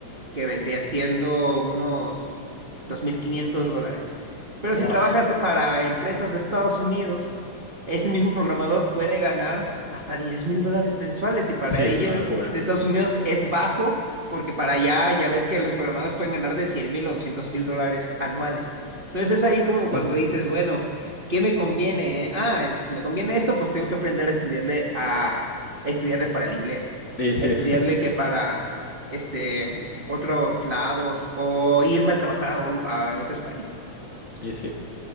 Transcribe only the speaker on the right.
que vendría siendo unos 2.500 dólares. Pero
si trabajas para empresas de Estados Unidos, ese mismo programador puede ganar hasta diez mil dólares mensuales y para
ellos
de Estados Unidos es bajo porque para allá ya ves que los programadores pueden ganar de cien mil o doscientos mil dólares anuales. Entonces es ahí como
cuando dices, bueno, ¿qué me conviene? eh? Ah, si me conviene esto, pues tengo que aprender a estudiarle a, a estudiarle para el inglés,
a estudiarle que para este otros lados o irme a trabajar a, a esos países.